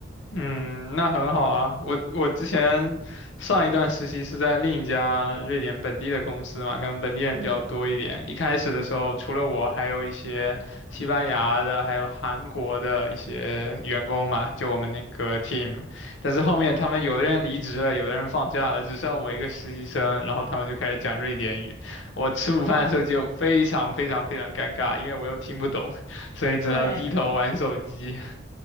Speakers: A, on the left (about 80°); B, on the left (about 15°).
A: 嗯，那很好啊。我我之前上一段实习是在另一家瑞典本地的公司嘛，可能本地人比较多一点。
B: 嗯，
A: 一开始的时候，除了我，还有一些西班牙的，还有韩国的一些员工嘛，就我们那个 team。但是后面他们有的人离职了，有的人放假了，只剩我一个实习生，然后他们就开始讲瑞典语。我吃午饭的时候就非常非常非常尴尬，
B: 哦，
A: 因为我又听不懂，所以只能低头玩手机。
B: 对，
A: <laughs>